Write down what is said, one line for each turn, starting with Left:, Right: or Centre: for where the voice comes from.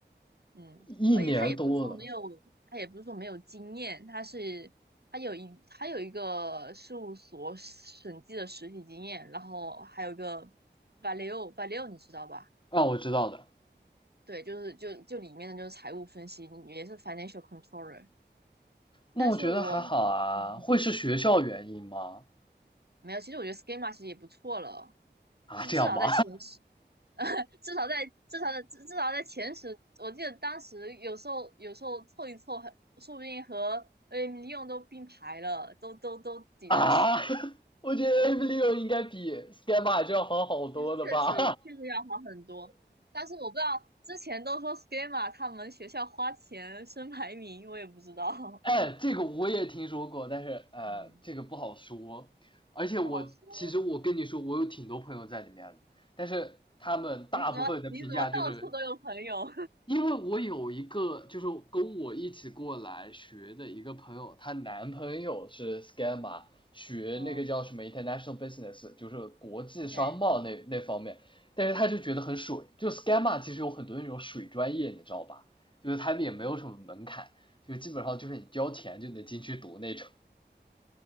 Right: 嗯，
Left: 一年多了
Right: 而且他也不是说没有，他也不是说没有经验，他是他有一他有一个事务所审计的实习经验，然后还有一个 Valeo Valeo 你知道吧？
Left: 啊，我知道的。
Right: 对，就是就就里面的就是财务分析，也是 financial controller。
Left: 那我觉得还好啊，
Right: 但是我嗯嗯嗯
Left: 会是学校原因吗？
Right: 没有，其实我觉得 schema 其实也不错了，
Left: 啊，
Right: 就至少在前十，
Left: 这样吗？
Right: <laughs> 至少在至少在至至少在前十，我记得当时有时候有时候凑一凑还，说不定和 AM 利用都并排了，都都都挤到前前，
Left: <laughs> 啊，<laughs> 我觉得 Aplio 应该比 s k y e m a 这要好好多了吧？
Right: 就是确实确实要好很多。但是我不知道之前都说 schema 他们学校花钱升排名，我也不知道，
Left: <laughs> 哎，这个我也听说过，但是呃，
Right: <laughs> 嗯，
Left: 这个不好说。而且我其实我跟你说，
Right: 不好说。
Left: 我有挺多朋友在里面的，但是他们大部分的评价就是
Right: 你怎么你怎么到处都有朋友？
Left: 因为我有一个就是跟我一起过来学的一个朋友，她男朋友是 s c a m m e 学那个叫什么
Right: <laughs> 哦
Left: International Business，就是国际商贸那那方面，
Right: ，OK，
Left: 但是他就觉得很水，
Right: 行，
Left: 就 s c a m m e 其实有很多那种水专业，你知道吧？就是他们也没有什么门槛，
Right: 嗯。
Left: 就基本上就是你交钱就能进去读那种。